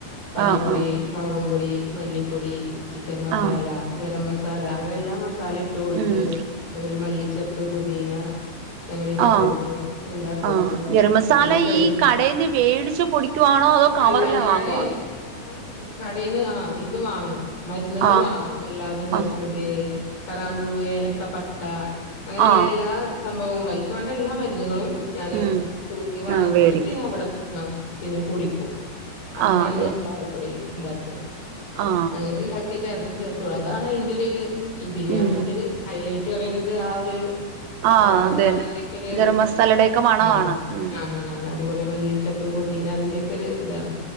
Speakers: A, on the left; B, on the right.
A: മഞ്ഞപ്പൊടി
B: ആ ആ
A: മുളകുംപൊടി മല്ലിപ്പൊ പൊടി ചിക്കൻ മസാല
B: ആ
A: ഗരം മസാല അങ്ങനെ എല്ല മസ മസാല ഇട്ട് കൊടുത്ത്
B: ഉം
A: അതുപോലെ മല്ലിച്ചപ്പ് പുതീന അങ്ങനെയൊക്കെ
B: ആ
A: ഇട്ട് കൊടുക്കും എല്ലാം ഇട്ട് കൊടുക്കും
B: ആ ഗരം മസാല
A: അല്ലെങ്കിൽ ഫ്രൈ
B: ഈ
A: ചെയ്
B: കടേന്ന് വേടിച്ച് പൊടിക്കുവാണോ അതോ കവറില്
A: അല്ല ഞാനെ
B: വാങ്ങുവാണോ
A: ഞാനെ കടയിന്ന് ആ ഇത് വാങ്ങും മരുന്നുകൾ
B: ആ
A: വാങ്ങും എല്ലാതും <unintelligible>
B: ആ
A: കറാമ്പൂവ് ഏലക്ക പട്ട അങ്ങനെയുള്ള
B: ആ
A: എല്ലാ സംഭവങ്ങളും അയൽക്ക് വേണ്ട എല്ലാ മരുന്നുകളും ഞാന്
B: ഉം
A: തൂക്കി വാങ്ങിച്ചിട്ട്
B: ആ വേടിക്കും
A: ഞാൻ ഇവിടെ ആ പിന്നെ പൊടിക്കും അങ്ങനെയാണ്
B: ആ അതെ
A: മസാലപ്പൊടി ണ്ടാ വ്വ
B: ആ
A: അങ്ങനെ ഉണ്ടാക്കിട്ട് അതും ചേർത്തു അതാണ് അതിന്റെ ഒര് ഈ ബിരിയാണിന്റെ
B: ഉം
A: ഒരു ഹൈലൈറ്റ് പറയുന്നത് ആ ഒരു
B: ആഹ്
A: ഗരം മസാലന്റെക്കൊരു
B: അതന്നെ ഗരം മസാലയുടെയൊക്കെ മണമാണ്
A: മം
B: ഉം
A: ആമാണാണ് അതുപോലെ മല്ലിച്ചപ്പ് പുതീന അതിന്റൊക്കെ ഒരു ഇതാണ്